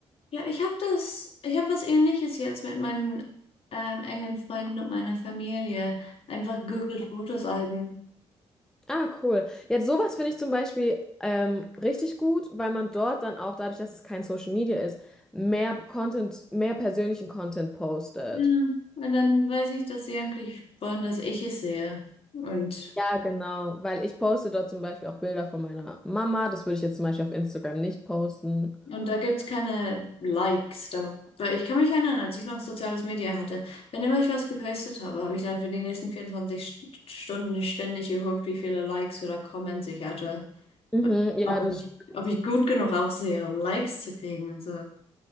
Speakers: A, on the left; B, in the centre.
A: Ja, ich habe das, ich habe was Ähnliches jetzt mit meinen ähm, engen Freunden und meiner Familie. Einfach Google Fotosalben.
B: Ah, cool. Jetzt sowas finde ich zum Beispiel ähm, richtig gut, weil man dort dann auch, dadurch, dass es kein Social Media ist, mehr Content, mehr persönlichen Content postet.
A: Ja. Und dann weiß ich, dass sie eigentlich wollen, dass ich es sehe. Und,
B: Ja, genau. Weil ich poste dort zum Beispiel auch Bilder von meiner Mama. Das würde ich jetzt zum Beispiel auf Instagram nicht posten.
A: und da gibt's keine Likes. Da, weil ich kann mich erinnern, als ich noch soziales Media hatte, wenn immer ich was gepostet habe, habe ich dann für die nächsten 24 St- Stunden ständig geguckt, wie viele Likes oder Comments ich hatte.
B: Mhm, ja,
A: Ob
B: das
A: ich,
B: stimmt.
A: ob ich gut genug aussehe, um Likes zu kriegen und so.